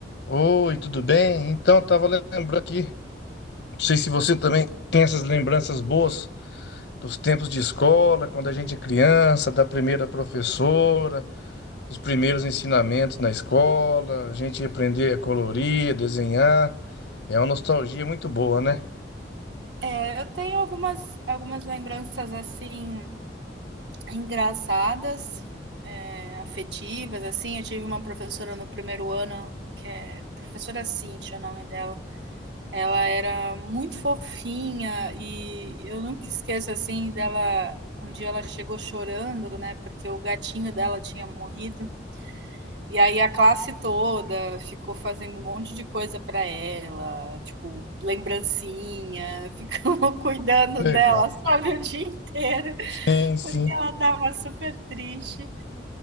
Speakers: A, on the left (about 70°); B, on the right (about 75°).
A: Oi, tudo bem? Então, estava lembrando aqui, não sei se você também tem essas lembranças boas dos tempos de escola, quando a gente é criança, da primeira professora, dos primeiros ensinamentos na escola, a gente ia aprender a colorir, a desenhar. É uma nostalgia muito boa, né?
B: É, Eu tenho algumas, algumas lembranças assim engraçadas, é, afetivas, assim. Eu tive uma professora no primeiro ano, que é professora Cíntia, o nome dela. Ela era muito fofinha e eu nunca esqueço assim dela. Um dia ela chegou chorando, né? Porque o gatinho dela tinha morrido. E aí a classe toda ficou fazendo um monte de coisa para ela, tipo, lembrancinha, <laughs> ficou cuidando
A: Legal.
B: dela, sabe, o dia inteiro,
A: Sim, sim.
B: porque ela estava super triste.